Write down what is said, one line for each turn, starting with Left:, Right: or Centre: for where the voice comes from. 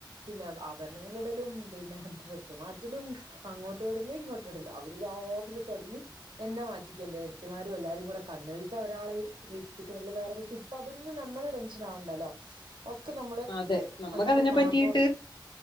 Right: പിന്നെ ആഭരണങ്ങള് - ഇടലും പിന്നെ ഡ്രസ്സ് മാറ്റലും അങ്ങോട്ടു ഓടല് ഇങ്ങോട്ട് ഇടല് അവര് രാവിലെ തൊടങ്ങി എന്നെ മാറ്റിക്കേണ്ടണ്ട് എടത്തിമാരും എല്ലാരുകൂടെ കണ്ണെഴ്ത്ത് ഒരാള് ലിപ്സ്റ്റികിടൽ വേറെ പക്ഷെ ഇപ്പതൊന്നുംഞമ്മള് നമ്മള് ടെൻഷൻ ആവണ്ടല്ലോ ഒക്കെ നമ്മള്
Left: അതെ നമുക്ക്
Right: അന്നൊക്കെ
Left: അതിനെ
Right: ആ
Left: പറ്റിയിട്ട്
Right: പ്പൊ